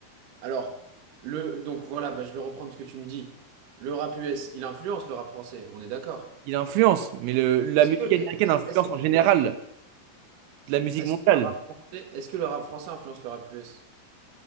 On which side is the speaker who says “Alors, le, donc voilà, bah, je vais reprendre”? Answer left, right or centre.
Right